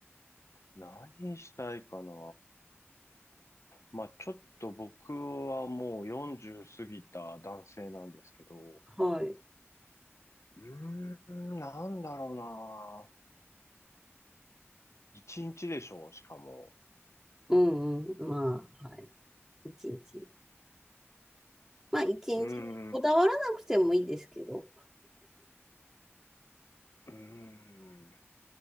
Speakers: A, on the left; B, in the centre.
A: 何したいかなまあ、ちょっと僕はもう40過ぎた男性なんですけど、
B: はい。
A: うーん、なんだろうな一日でしょう、しかも。
B: うんうん。まあ、はい。一日。まあ、一日こだわらなくてもいいですけど。
A: うーん、うーん、